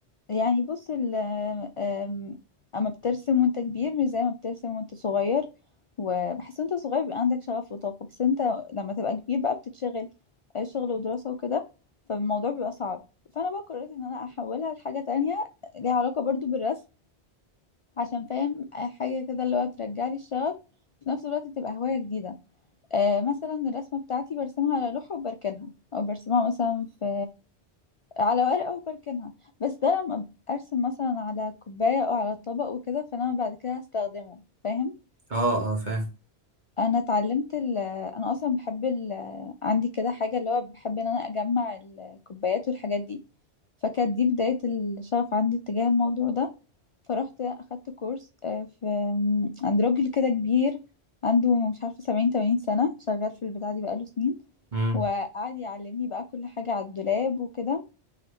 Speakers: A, on the left; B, on the right.
A: يعني بص ال أم- اما بترسم وانت كبير مش زي ما بترسم وانت صغير وبحس وانت صغير بيبقى عندك شغف وطاقة بس انت لما تبقى كبير بقى بتتشغل آه، شغل ودراسة وكده فالموضوع بيبقى صعب فانا بقى قررت ان انا احولها لحاجة تانية ليها علاقة برضو بالرسم عشان فاهم آه، حاجة كده اللي هو ترجع لي الشغف وفي نفس الوقت تبقى هواية جديدة آه مثلا الرسمة بتاعتي برسمها على لوحة وبركنها او برسمها مثلا في على ورقة وبركنها بس ده لما ارسم مثلا على كوباية او على طبق وكده فانا بعد كده هستخدمه فاهم
B: اه اه فاهم
A: انا اتعلمت ال انا اصلا بحب ال عندي كده حاجة اللي هو بحب ان انا اجمع الكوبايات والحاجات دي فكانت دي بداية الشغف عندي تجاه الموضوع ده فرحت اخدت كورس آه، في م، عند راجل كده كبير عنده مش عارفة سبعين تمانين سنة شغال في البتاع دي بقاله سنين
B: امم
A: وقعد يعلمني بقى كل حاجة على الدولاب وكده